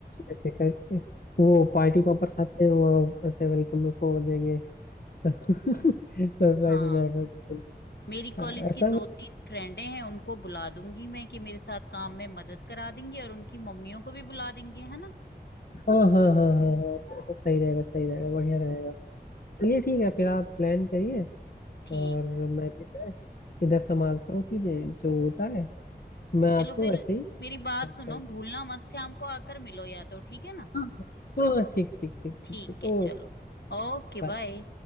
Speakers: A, on the left; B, on the left.
A: ऐसे करके वो पार्टी पॉपर्स आते हैं वो ऐसे वेलकम में फोड़ देंगे तो <laughs> सरप्राइज
B: हाँ
A: हो जाएगा उनके लिए।
B: मेरी
A: हाँ,
B: कॉलेज
A: ऐसा
B: की दो तीन फ्रेंडें हैं उनको बुला दूंगी मैं कि मेरे साथ काम में मदद करा देंगी और उनकी मम्मियों को भी बुला देंगे है ना
A: हाँ हाँ हाँ हाँ हाँ ऐसा ऐसा सही रहेगा सही रहेगा बढ़िया रहेगा
B: हम्म।
A: चलिए ठीक है फिर आप प्लान करिए
B: ठीक
A: और मैं भी मैं इधर संभालता हूँ चीजें जो होता है मैं आपको
B: चलो फिर
A: वैसे ही
B: मेरी बात
A: फोन
B: सुनो
A: करता
B: भूलना मत शाम को आकर मिलो या तो ठीक है ना
A: हूँ हाँ हाँ हाँ, ठीक ठीक ठीक
B: ठीक
A: ठीक ठीक
B: है
A: ओके
B: चलो Okay
A: बाय।
B: bye